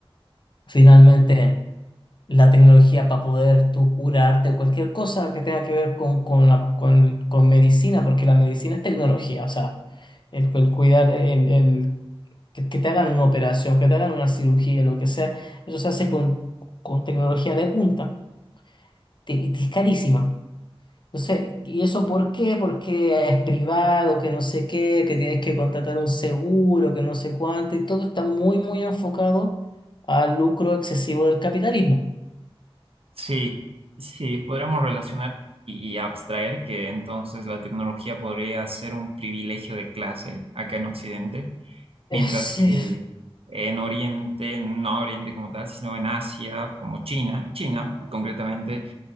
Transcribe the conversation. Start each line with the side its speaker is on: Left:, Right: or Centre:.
Left: Finalmente. la tecnología para poder tú curarte o cualquier cosa que tenga que ver con, con, la- con, con medicina, porque la medicina es tecnología, o sea, el, el cuidar, el, el- que, que te hagan una operación, que te hagan una cirugía, lo que sea, eso se hace con, con tecnología de punta te- y te es carísima. Entonces, ¿y eso por qué? Porque es privado, que no sé qué, que tienes que contratar un seguro, que no sé cuánto, y todo está muy, muy enfocado al lucro excesivo del capitalismo.
Right: Sí, sí, podríamos relacionar y, y abstraer que entonces la tecnología podría ser un privilegio de clase acá en Occidente,
Left: Eh,
Right: mientras
Left: Sí.
Right: que en Oriente, no Oriente como tal, sino en Asia, como China, China concretamente,